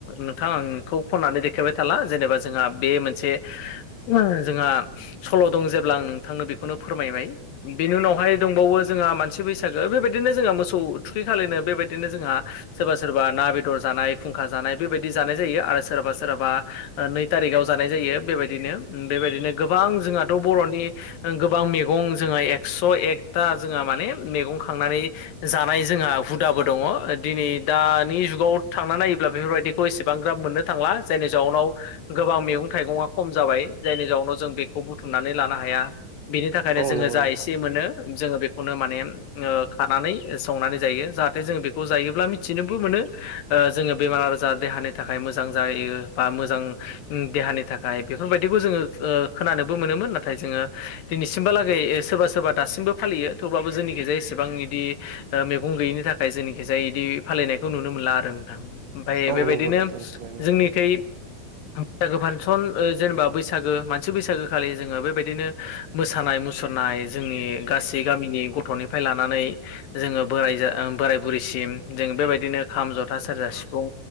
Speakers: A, on the left (about 75°); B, on the right (about 70°).
A: नो नोंथां आं बेखौ खननानै देखायबाय थाला जेनेबा जोंहा बे मोनसे ओ जोंहा सल' दं जेब्ला आं नोंथांनो बेखौनो फोरमायबाय। बेनि उनावहाय दंबावो जोंहा मानसि बैसागो बेबायदिनो जोंहा मोसौ थु खै खालिनो बेबादिनो जोंहा सोरबा सोरबा ना बेदर जानाय खुंखा जानाय बेबायदि जानाय जायो आरो सोराबा सोराबा ओ नै थारिगाव जानाय जायो बेबायदिनो बेबायदिनो गोबां जोंहाथ' बर'नि ओ गोबां मेगं जोंहा एक्स' एकथा जोंहा माने मैगं खांनानै जानाय जोंहा हुदाबो दङ' ओ दिनै दानि जुगाव थांना नायोब्ला बेफोर बायदिखौ एसेबां ग्राब मोननो थांला जायनि जाउनाव गोबां मैगं थाइगङा खम जाबाय जायनि जाउनाव जों बेखौ बुथुमनानै लानो हाया। बिनि थाखायनो
B: औ
A: जोङो
B: नंगौ
A: जा
B: नोंथां
A: एसे मोनो जोङो बेखौनो माने ओ खानानै संनानै जायो जाहाथे जों बेखौ जायोब्ला मिथिनोबो मोनो ओ जोङो बेमार आजार देहानि थाखाय मोजां जायो बा मोजां देहानि थाखाय बेफोर बायदिखौ जोङो ओ खोनानोबो मोनोमोन नाथाय जोङो दिनैसिमबालागै सोरबा सोरबा दासिमबो फालियो। थेवब्लाबो जोंनिखिजाय एसेबां इदि ओ मेगं गैयिनि थाखाय जोंनिखिजाय इदि फालिनायखौ नुनो मोनला आरो नोंथां। ओमफाय
B: औ
A: बेबायदिनो
B: नंगौ नोंथां थारैनो
A: जोंनिखै बैसागो फान्सन ओ जेनेबा बैसागो मानसि बैसागो खालि जोङो बैबायदिनो मोसानाय मुसुरनाय जोंनि गासै गामिनि गथ'निफ्राय लानानै जोङो बोर जा ओ बोराय बुरैसिम जों बेबायदिनो खाम, जथा, सेरजा, सिफुं